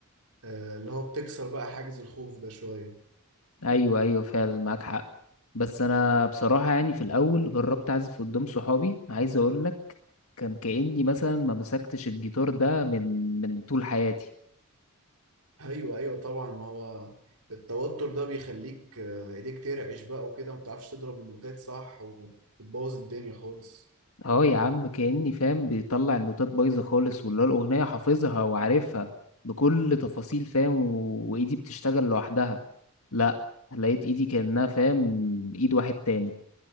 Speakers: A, on the right (about 80°); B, on the left (about 70°).
A: آه، اللي هو بتكسر بقى حاجز الخوف ده شوية
B: ايوه ايوه فعلا معاك حق بس انا بصراحة يعني في الاول جربت اعزف قدام صحابي عايز اقولك كان كأني مثلا ما مسكتش الجيتار ده من من طول حياتي
A: أيوه أيوه طبعا ما هو التوتر ده بيخليك آه، إيديك ترعش بقى وكده ومتعرفش تضرب النوتات صح وبتبوظ الدنيا خالص
B: اه يا عم كأني فاهم بيطلع النوتات بايظة خالص واللي هو الأغنية حافظها وعارفها بكل تفاصيل فاهم و... وإيدي بتشتغل لوحدها لا لقيت إيدي كأنها فاهم إيد واحد تاني